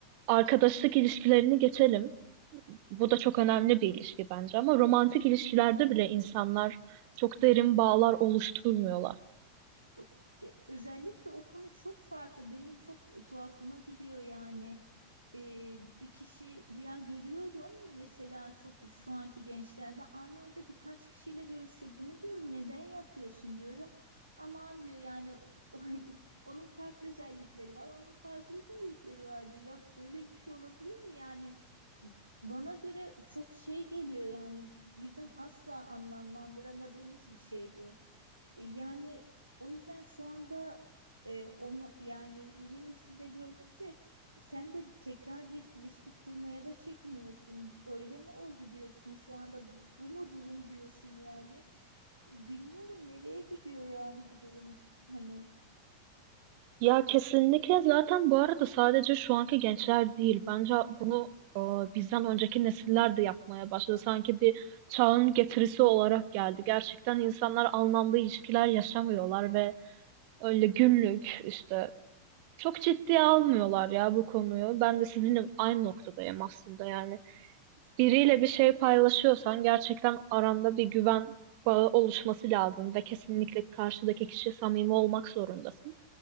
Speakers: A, on the right; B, on the right.
A: arkadaşlık ilişkilerini geçelim. Bu da çok önemli bir ilişki bence ama romantik ilişkilerde bile insanlar çok derin bağlar oluşturmuyorlar.
B: O- e, Özellikle o konu çok farklı. Benim çok tuhafıma gidiyor yani. e, bir kişi yani görüyorum mesela çok şu anki gençlerde aynı anda birkaç kişiyle görüşüyor. Bunu diyorum neden yapıyorsun diyorum. Aman diyor yani o- o- <laughs> onun farklı özellikleri var, onun farklı özellikleri var diyor. Ya böyle bir şey olabilir mi yani? Bana göre çok şey geliyor yani bizim asla anlamlandıramadığımız bir şey bu. E, Yani o yüzden şu anda e, onu yani yeni nesilde gördükçe sen de tekrar bir ilişki kurmaya da çekiniyorsun. Öyle mi oldu diyorsun şu anda bu, bu mu durum diyorsun yani. Bilmiyorum nereye gidiyor yani bu durum hani.
A: Ya kesinlikle zaten bu arada sadece şu anki gençler değil. Bence bunu e, bizden önceki nesiller de yapmaya başladı. Sanki bir çağın getirisi olarak geldi. Gerçekten insanlar anlamlı ilişkiler yaşamıyorlar ve öyle günlük işte çok ciddiye almıyorlar ya bu konuyu. Ben de sizinle aynı noktadayım aslında yani biriyle bir şey paylaşıyorsan gerçekten aranda bir güven bağı oluşması lazım ve kesinlikle karşıdaki kişi samimi olmak zorundasın.